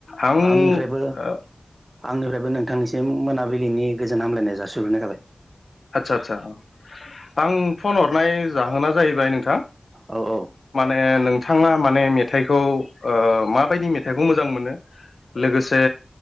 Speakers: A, on the left (about 80°); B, on the right (about 35°).
A: आं
B: आंनिफ्रायबो-आंनिफ्रायबो
A: अ
B: नोंथांनि सिम मोनाबिलिनि गोजोन हामलायनाया जासिहरग्रोनाय जाबाय।
A: आदसा आदसा औ आं फन हरनाय जाहोना जाहैबाय नोंथां
B: औ औ
A: ओ नोंथाङा माने मेथाइखौ ओ माबायदि मेथाइखौ मोजां मोनो? लोगोसे